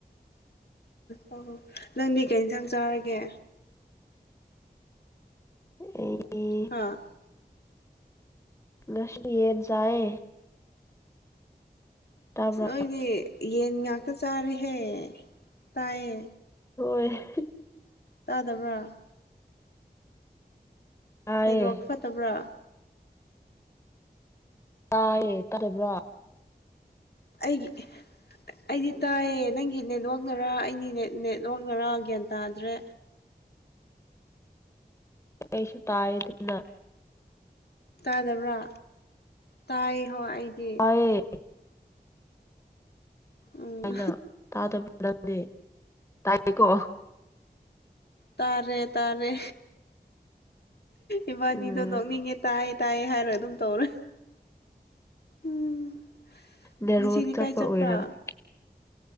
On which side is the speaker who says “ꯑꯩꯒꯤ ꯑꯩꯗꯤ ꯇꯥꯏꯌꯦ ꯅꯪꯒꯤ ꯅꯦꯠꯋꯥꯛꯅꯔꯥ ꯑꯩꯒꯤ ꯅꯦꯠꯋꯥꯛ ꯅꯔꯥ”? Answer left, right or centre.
Left